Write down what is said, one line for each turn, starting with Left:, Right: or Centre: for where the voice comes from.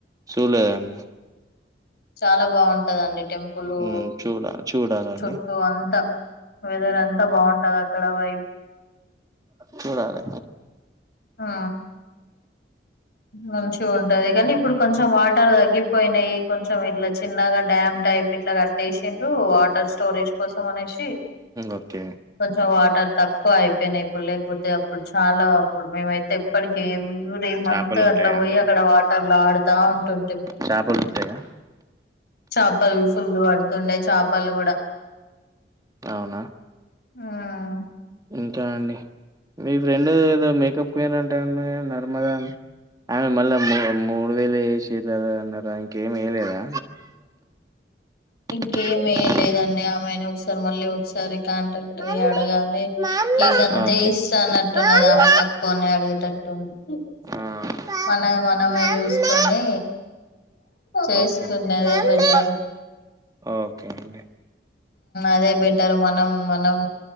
Right: చూడలేదండి
Left: చాలా బాగుంటందండి టెంపులు
Right: మ్మ్ చూడ చూడాలండి
Left: చుట్టూ అంతా వెదర్ అంతా బాగుంటది అక్కడ వై
Right: చూడాల
Left: ఆ మంచి ఉంటది కానీ ఇప్పుడు కొంచెం వాటర్ తగ్గిపోయినాయి కొంచెం ఇట్లా చిన్నగా డ్యామ్ టైప్ ఇట్లా కట్టేసిండ్రు వాటర్ స్టోరేజ్ కోసం అనేసి
Right: ఓకే
Left: కొంచెం వాటర్ తక్కువ అయిపోయినాయి ఇప్పుడు లేకపోతే అప్పుడు చాలా ఇప్పుడు మేమైతే ఎ ఇప్పటికి ఎవ్రీ మంత్
Right: చేపలు ఉంటాయా
Left: అట్లా పోయి
Right: అందులో
Left: అక్కడ వాటర్లు ఆడుతా ఉంటుంటే
Right: చేపలు ఉంటాయా
Left: చేపలు ఫుల్లు పడుతుండే చేపలు కూడా
Right: అవునా
Left: ఆ
Right: ఇంకా అండి మీ ఫ్రెండ్ ఏదో మేకప్కిరు అంటేడి నర్మద ఆమె మళ్ళా మ మూడు వేలు వేసిరారు అన్నారుార ఇంకేం వెలేదా
Left: ఇంకేమ
Right: దాంట్లో
Left: లేదండి ఆమెనే ఒకసారి మళ్ళీ ఒకసారి కాంట్రాక్ట్
Right: మమ్మీ
Left: అ అడగాలి
Right: మమ్మీ
Left: ఏ గంతే
Right: ఓకే
Left: ఇస్త అన్నట్టున్నది
Right: మమ్మీ
Left: ఆమె తక్కువ అని అడిగటట్టు తొ
Right: ఆ, ప-
Left: మన మనమే
Right: మమ్మీ
Left: చూసుకొని చేసుకునేదే
Right: ఓకే మమ్మీ
Left: పెట్టారు
Right: ఓకే అండి
Left: అదే బెటర్ మనం మనం